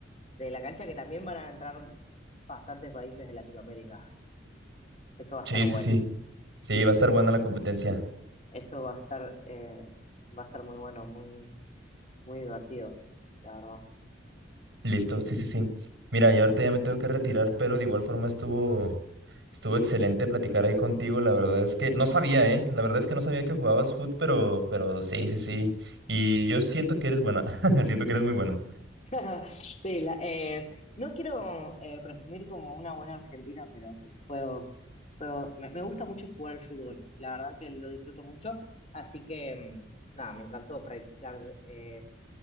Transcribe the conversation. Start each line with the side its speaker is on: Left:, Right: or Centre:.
Left: de la cancha, que también van a entrar bastantes países de Latinoamérica. Eso va a
Right: Sí,
Left: estar bueno.
Right: sí, sí, sí, va a
Left: Eso,
Right: estar buena la competencia.
Left: eso va a estar, eh, va a estar muy bueno, muy, muy divertido, la verdad.
Right: Listo, sí, sí, sí. Mira, yo ahorita ya me tengo que retirar, pero de igual forma estuvo, estuvo excelente platicar ahí contigo. La verdad es que no sabía, ¿eh? La verdad es que no sabía que jugabas foot, pero, pero sí, sí, sí. Y yo siento que eres buena, <laughs> siento que eres muy buena.
Left: <laughs> Sí, la- eh, no quiero eh, presumir como una buena argentina, pero sí, juego, Pero me, me gusta mucho jugar al fútbol, la verdad que lo disfruto mucho, así que mm, nada, me encantó practicar eh,